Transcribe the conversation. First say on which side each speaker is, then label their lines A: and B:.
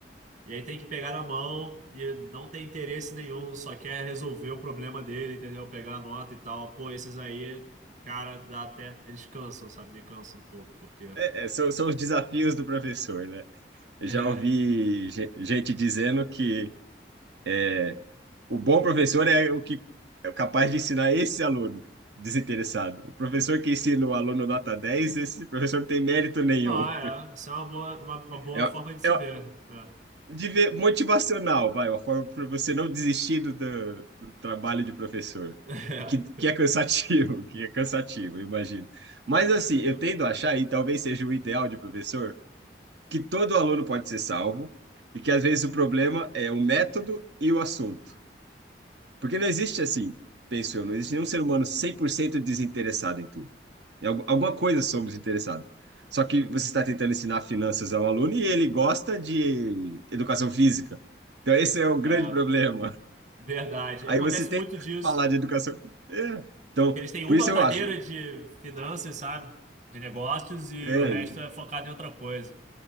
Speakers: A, on the right; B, on the right.
A: E aí tem que pegar na mão e não tem interesse nenhum, só quer resolver o problema dele, entendeu? Pegar a nota e tal. Pô, esses aí, cara, dá até. Eles cansam, sabe? Me cansam um pouco, porque.
B: É,
A: <laughs>
B: é, são, são os desafios do professor, né? Eu
A: É.
B: já ouvi ge- gente dizendo que É, o bom professor é o que é capaz de ensinar esse aluno desinteressado. O professor que ensina o aluno nota dez esse professor não tem mérito nenhum.
A: Ah, é. Isso é uma boa, uma, uma boa
B: É,
A: forma de se
B: é
A: ver. É.
B: de ver- motivacional, vai, uma forma para você não desistir do, do- do trabalho de professor.
A: <laughs>
B: E que, que é cansativo, <laughs> que é cansativo, eu imagino. Mas assim,
A: É, é
B: eu
A: mesmo.
B: tendo a achar, e talvez seja o ideal de professor, que todo aluno pode ser salvo, e que às vezes o problema é o método e o assunto. Porque não existe assim, penso eu, não existe nenhum ser humano 100% desinteressado em tudo. Em algu- alguma coisa somos interessados. Só que você está tentando ensinar finanças ao aluno e ele gosta de educação física. Então, esse é o grande
A: É,
B: problema. <laughs>
A: verdade.
B: Aí
A: Acontece
B: você tenta
A: muito disso.
B: falar de educação. É. Então,
A: Eles têm uma
B: por isso eu
A: cadeira
B: acho.
A: de finanças, sabe? De negócios e
B: É,
A: o resto
B: e-
A: é focado em outra coisa.